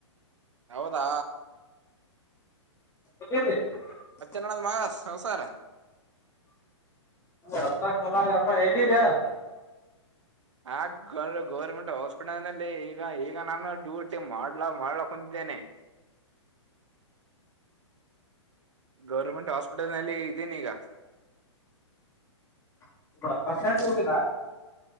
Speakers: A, on the right (about 75°); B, on the left (about 20°).
A: ಹೌದಾ
B: <unintelligible>
A: <unintelligible> ಸಂಸಾರ <unintelligible>
B: <unintelligible> ಅಪ್ಪ ಎಲ್ಲಿದ್ದ್ಯಾ <unintelligible> ಡ
A: ಆ ಗ ಗೌರ್ಮೆಂಟ್ ಹಾಸ್ಪಿಟಲ್ ನಲ್ಲಿ ಈಗ ಈಗ ನಾನು ಡ್ಯೂಟಿ ಮಾಡ್ಲಾ ಮಾಡ್ಲಕ್ ಕುಂದ <unintelligible> ನೆ <unintelligible> ಗೌರ್ಮೆಂಟ್ ಹಾಸ್ಪಿಟಲ್ ನಲ್ಲಿ ಇದೀನಿ ಈಗ <inaudible>
B: <unintelligible> ಹೌದಾ ಬಸ್ ಸ್ಟ್ಯಾಂಡ್ಗೆ ಹೋಗಿಲ್ಲ